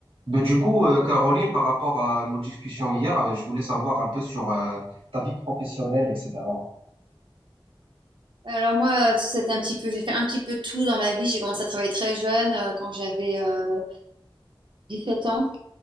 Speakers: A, on the right; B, on the right.
A: Ben, du coup, euh, Caroline, par rapport à nos discussions hier, euh, je voulais savoir un peu sur euh, ta vie professionnelle, etc.
B: Alors moi, c'était un petit peu, j'ai fait un petit peu tout dans ma vie. J'ai commencé à travailler très jeune, euh, quand j'avais euh, 17 ans.